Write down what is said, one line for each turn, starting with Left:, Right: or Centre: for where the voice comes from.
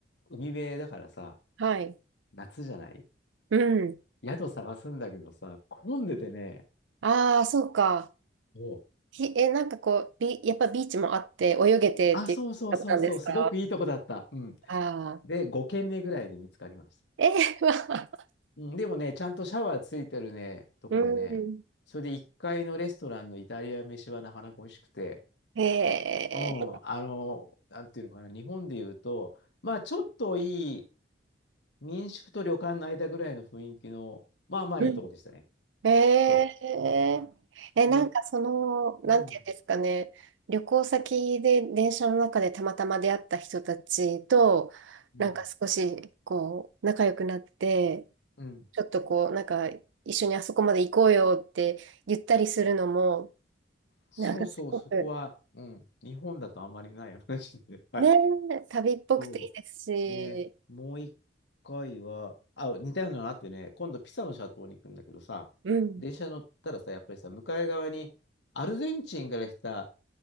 Left: 海辺だからさ、
Right: はい。
Left: 夏じゃない
Right: うん。
Left: 宿探すんだけどさ、混んでてね、
Right: ああ、そうか。
Left: もう、
Right: ひ、え、なんかこう、ビ、やっぱビーチもあって、泳げてっていう方なんですか
Left: あ、そうそうそうそう、すごくいいとこだった。うん。
Right: ああ
Left: で、5軒目ぐらいで見つかりました。
Right: ー。<laughs> えー、まあ、
Left: うんでもね、ちゃんとシャワーついてるね、とこでね、
Right: うん。
Left: それで1階のレストランのイタリア飯はなかなか美味しくて、
Right: えー、
Left: うん、あの、なんていうのかな、日本で言うと、まあちょっといい民宿と旅館の間ぐらいの雰囲気の、まあまあいいとこでしたね。
Right: うんえー、
Left: そ
Right: え、
Left: う。それ、
Right: なんかその、なんていうんですかね、
Left: うん、
Right: 旅行先で電車の中でたまたま出会った人たちと、
Left: うん、
Right: なんか少し、こう、仲良くなって、
Left: うん。
Right: ちょっとこう、なんか、一緒にあそこまで行こうよって言ったりするのも、
Left: そうそう、
Right: なんかすごく、
Left: そこは、うん、日本だとあまりない話で。はい
Right: ねえ、旅っぽくていいですし。
Left: そう。ね、もう一回は、あ、似たようなのあってね、今度ピサのシャトーに行くんだけどさ、
Right: うん。
Left: 電車乗ったらさ、やっぱりさ、向かい側にアルゼンチンから来た、